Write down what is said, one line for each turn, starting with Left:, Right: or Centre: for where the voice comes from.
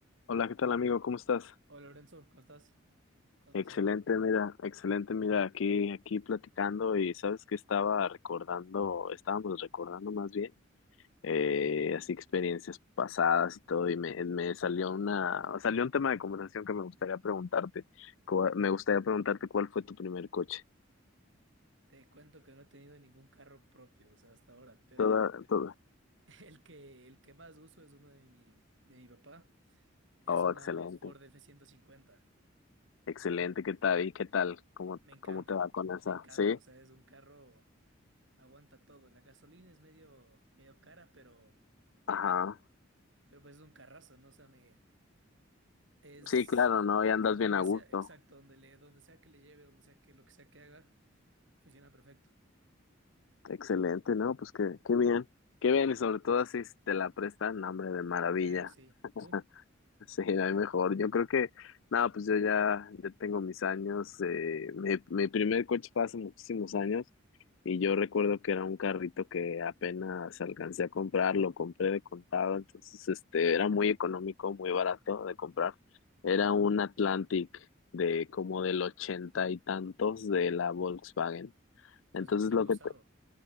Left: Hola, ¿qué tal amigo? ¿Cómo estás?
Right: Hola Lorenzo, ¿cómo estás? ¿Cómo has
Left: Excelente,
Right: pasado?
Left: mira, excelente, mira, aquí, aquí platicando y sabes que estaba recordando, estábamos recordando más bien, eh, así experiencias pasadas y todo, y me, me salió una, salió un tema de conversación que me gustaría preguntarte, Cu- me gustaría preguntarte cuál fue tu primer coche.
Right: Te cuento que no he tenido ningún carro propio, o sea, hasta ahora, pero
Left: Toda, toda.
Right: <laughs> el que, el que más uso es uno de mi, de mi papá, es
Left: Oh,
Right: una
Left: excelente,
Right: Ford f ciento cincuenta.
Left: excelente, ¿qué tal? ¿Y qué tal? ¿Cómo,
Right: Me encanta,
Left: cómo te va con
Right: me
Left: esa?
Right: encanta,
Left: ¿Sí?
Right: o sea, es un carro, aguanta todo. La gasolina es medio, medio cara, pero,
Left: Ajá.
Right: pero pues es un carrazo, ¿no? O sea, me, es,
Left: Sí, claro, ¿no? Y andas
Right: o sea, donde
Left: bien a gusto.
Right: sea, exacto, donde le, donde sea que le lleve, donde sea que lo que sea que haga, funciona perfecto.
Left: Excelente, ¿no? Pues qué, qué bien, qué bien, y sobre todo si te la prestan, hambre de maravilla.
Right: Claro, sí.
Left: <laughs>
Right: ¿Tú?
Left: Sí, no hay mejor. Yo creo que, nada, pues yo ya, ya tengo mis años. eh, mi, mi primer coche fue hace muchísimos años y yo recuerdo que era un carrito que apenas alcancé a comprar, lo compré de contado, entonces este, era muy económico, muy barato de comprar. Era un Atlantic de como del ochenta y tantos de la Volkswagen.
Right: Entonces
Left: Entonces
Right: me imagino
Left: lo
Right: usado.
Left: que,